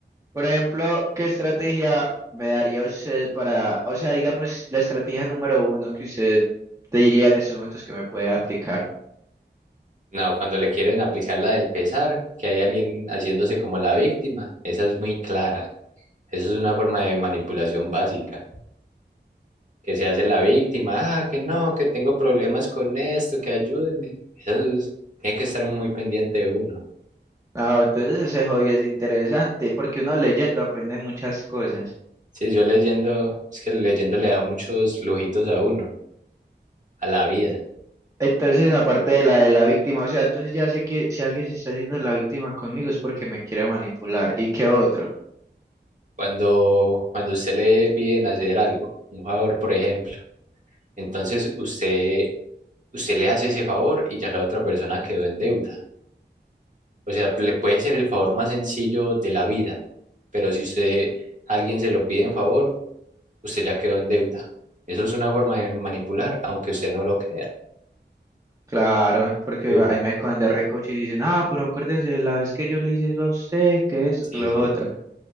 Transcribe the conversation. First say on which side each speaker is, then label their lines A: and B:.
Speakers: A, on the right (about 15°); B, on the right (about 40°).
A: Por ejemplo, ¿qué estrategia me daría usted para, o sea, digamos, la estrategia número uno que usted te diría en estos momentos que me puede aplicar?
B: No, cuando le quieren aplicar la del pesar, que hay alguien haciéndose como la víctima, esa es muy clara. Eso es una forma de manipulación básica. que se hace la víctima, ah, que no, que tengo problemas con esto, que ayúdeme. Eso es- tiene que estar muy pendiente de uno.
A: Ah, entonces ese hobby es interesante porque uno leyendo aprende muchas cosas.
B: Sí, yo leyendo, es que leyendo le da muchos lujitos a uno, a la vida.
A: Entonces, aparte de la de la víctima, o sea, entonces ya sé que si alguien se está haciendo la víctima conmigo es porque me quiere manipular. ¿Y qué otro?
B: Cuando, cuando usted le piden hacer algo, un favor, por ejemplo, entonces usted, usted le hace ese favor y ya la otra persona quedó en deuda. O sea, le puede ser el favor más sencillo de la vida, pero si usted, a alguien se lo pide en favor, usted ya quedó en deuda. Eso es una forma de manipular, aunque usted no lo crea.
A: Claro, porque
B: Duro.
A: ahí me cogen de recoche y dicen, ah, pero acuérdese la vez que yo le hice eso a usted, que esto,
B: Sí,
A: que lo
B: sí.
A: otro.